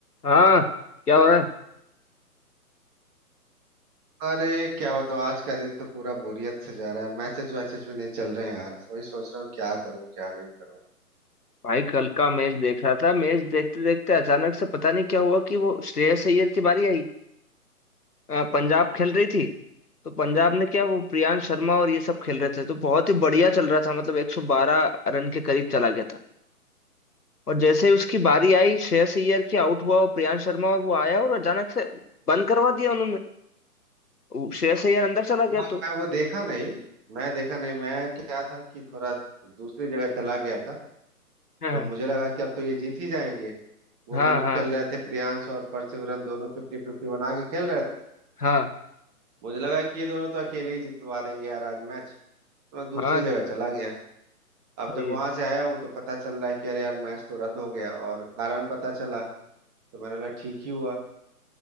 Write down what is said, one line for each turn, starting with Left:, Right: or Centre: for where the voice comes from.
Left: हाँ क्या हो रहा है
Right: अरे क्या बताओ आज का दिन तो पूरा बोरियत से जा रहा है मैचेस वैचेस भी नहीं चल रहे हैं यार वही सोच रहा हूँ क्या करूँ क्या नहीं करूँ
Left: भाई कल का मैच देख रहा था मैच देखते देखते अचानक से पता नहीं क्या हुआ कि वो श्रेयस अय्यर की बारी आई अ, पंजाब खेल रही थी तो पंजाब ने क्या वो प्रियांश शर्मा और ये सब खेल रहे थे तो बहुत ही बढ़िया चल रहा था मतलब 112 रन के करीब चला गया था और जैसे ही उसकी बारी आई श्रेयस अय्यर की आउट हुआ और प्रियांश शर्मा और वो आया और अचानक से बंद करवा दिया उन्होंने वो श्रेयस अय्यर अंदर चला गया
Right: मैं
Left: तो
Right: वो देखा नहीं मैं देखा नहीं मैं क्या था कि थोड़ा दूसरी जगह चला गया था तो
Left: हाँ
Right: मुझे लगा कि अब तो ये जीत ही जाएंगे वो
Left: हाँ
Right: दोनों
Left: हाँ
Right: खेल रहे थे प्रियांश और परसिवरन दोनों फिफ्टी फिफ्टी बना के खेल रहे थे
Left: हाँ
Right: मुझे लगा कि ये दोनों तो अकेले ही जितवा देंगे यार आज मैच तो मैं दूसरी
Left: हाँ
Right: जगह चला गया अब
Left: सही
Right: जब वहां
Left: है
Right: से आया हूँ तो पता चल रहा है कि अरे यार मैच तो रद्द हो गया और कारण पता चला तो मैंने बोला ठीक ही हुआ